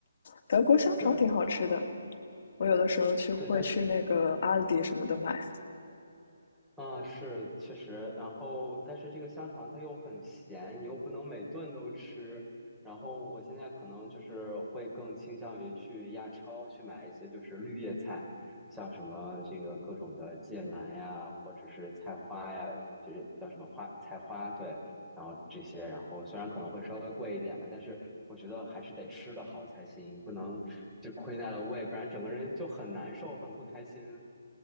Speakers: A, on the left; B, in the centre.
A: 德国香肠挺好吃的，
B: 对，然后
A: 我有的时候去会去那个阿迪什么的买。
B: 对，但是。嗯，是，确实，然后但是这个香肠它又很咸，你又不能每顿都吃。然后我现在可能就是会更倾向于去亚超去买一些就是绿叶菜，像什么这个各种的芥蓝呀，或者是菜花呀，这个叫什么花菜花，对，然后这些，然后虽然可能会稍微贵一点吧，但是我觉得还是得吃得好才行，不能就亏待了胃，不然整个人就很难受，很不开心。